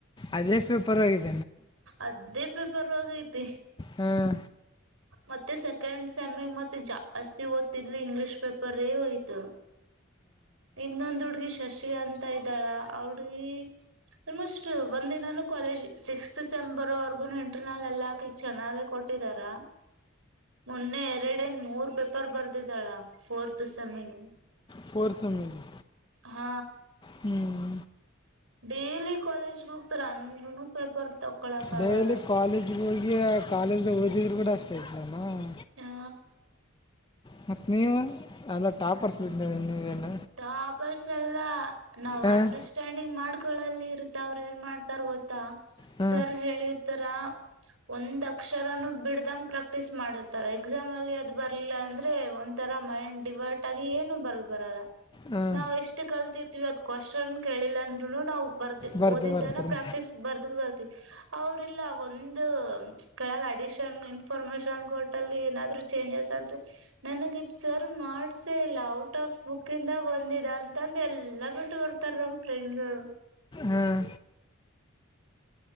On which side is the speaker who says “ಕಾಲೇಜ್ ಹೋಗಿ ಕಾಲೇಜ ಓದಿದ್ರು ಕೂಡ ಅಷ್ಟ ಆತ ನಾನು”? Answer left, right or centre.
Left